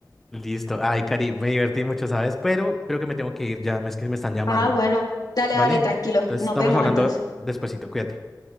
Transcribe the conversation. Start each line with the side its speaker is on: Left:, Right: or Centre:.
Centre: Listo. Ay, Cari, me divertí mucho, ¿sabes? Pero creo que me tengo que ir ya, es que me están llamando.
Left: Ah, bueno, dale,
Centre: ¿Vale?
Left: dale,
Centre: Ent-
Left: tranquilo.
Centre: Entonces
Left: Nos
Centre: estamos
Left: vemos
Centre: hablando
Left: entonces.
Centre: despuesito, cuídate.